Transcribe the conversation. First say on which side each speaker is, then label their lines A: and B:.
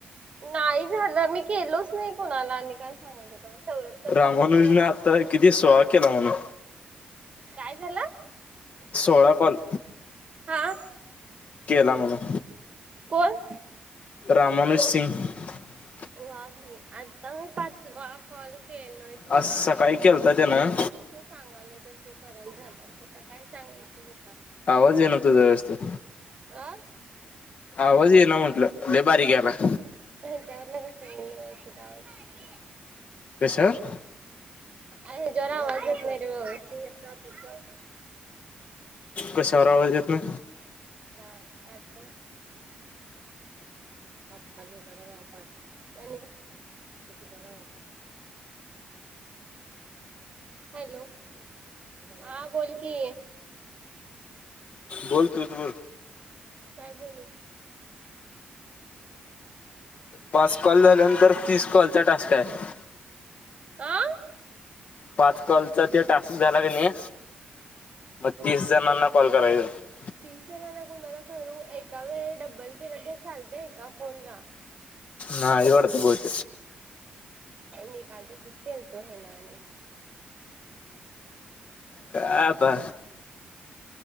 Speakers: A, on the right; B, on the left.
A: नाही झालं मी केलोच नाही कोणाला आणि काय सांगु आता होत सौरभच्या
B: रामानुजने
A: फोन वरण एक
B: आता
A: केलं
B: किती
A: फक्त
B: सोळा केला म्हणून
A: काय झालं?
B: सोळा बांद.
A: हा
B: केला म्हणून
A: कोण?
B: राममनोज सिंग <unintelligible>
A: वा भाई, आत्ता मी पाचवा कॉल केलोय तूला
B: आज
A: माहिती
B: सकाळी केलता
A: नाय तुला
B: त्यानं
A: ते सांगतील न सांगायलोय तसं. तू खराब झालायस, आता काय सांगायचं तूला.
B: आवाज येना तुझा व्यवस्थित.
A: आं
B: आवाज इना म्हटलं लय बारीक यालाय.
A: त्यांच्याकड लगीच नाय न व्यवस्तीत आवाज येत
B: काय सर
A: आये जरा आवाज विडिओ आहे ती एक टाकू का?
B: कशावर आवाज येतोय.
A: हया अँपवर हू करावा आप का कवा <unintelligible> हॅलो, हा बोल की
B: बोल तूच बोल.
A: काय बोलू?
B: पाच कॉल झाल्यानंतर तीस कॉलचा टास्क आहे
A: आ
B: पाच कॉलचा ते टास्क झाला की नई म तीस जणांना कॉल करायचा
A: तीसगना गुणा ना कररू <unintelligible> अररे डब्ब्ल केल तरी चालतं. नाही का फोनला
B: नाइ वाटतं बहुते
A: मी काल त सुट्टी आलतो. येणारी
B: काय आता